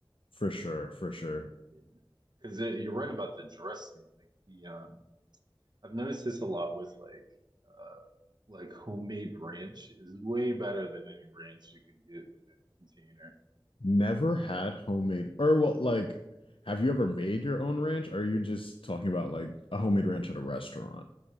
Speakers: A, on the left; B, on the right.
A: for sure, for sure.
B: different. Yeah, because you're right about the dressing, like the um. I've noticed this a lot with like uh like homemade ranch is way better than any ranch you can get in a container.
A: Never had homemade or well like have you ever made your own ranch? Or are you just talking about like a homemade ranch at a restaurant?